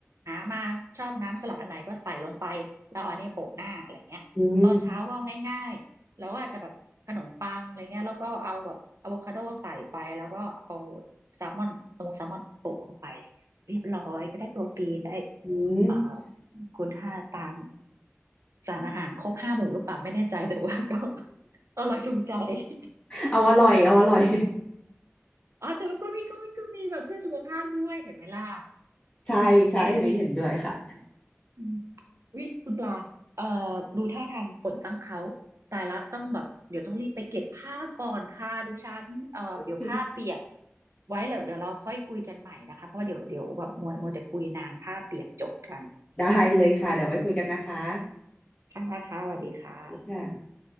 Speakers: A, on the right (about 80°); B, on the left (about 30°).
A: หามาชอบน้ำสลัดอันไหนก็ใส่ลงไปแล้วเอาอันเนี้ยโปะหน้าอะไรเงี้ยตอนเช้าก็ง่ายๆแล้วก็อาจจะแบบขนมปังอะไรเงี้ยแล้วก็เอาแบบอะโวคาโดใส่ไปแล้วก็เอา
B: อืม
A: แซลมอนสโมกแซลมอนโปะเข้าไปอะไรเงี้ยเรียบร้อยก็ได้โปรตีนได้
B: อืม
A: เอ่อ คุณค่าตามสารอาหารครบห้าหมู่หรือเปล่าไม่แน่ใจแต่ว่าก็ <laughs> อร่อยถูกใจ <laughs>
B: เอาอร่อยเอาอร่อย
A: อ๋อแต่ว่าก็มีก็มีก็มีแบบเพื่อสุขภาพด้วยเห็นไหมล่ะ
B: <laughs> ใช่ใช่อันนี้เห็นด้วยค่ะ
A: อืมวิคุณปลาเอ่อดูท่าทางฝนตั้งเขาตายละต้องแบบเดี๋ยวต้องรีบไปเก็บผ้าก่อนค่ะดิฉันเอ่อเดี๋ยวผ้าเปียก
B: โอเค
A: ไว้แล้วเดี๋ยวเราค่อยคุยกันใหม่นะคะเพราะเดี๋ยวเดี๋ยวแบบมัวมัวแต่คุยนานผ้าเปียกจบกัน
B: ได้เลยค่ะเดี๋ยวไว้คุยกันนะคะ
A: ค่ะค่ะสวัสดีค่ะ
B: สวัสดีค่ะ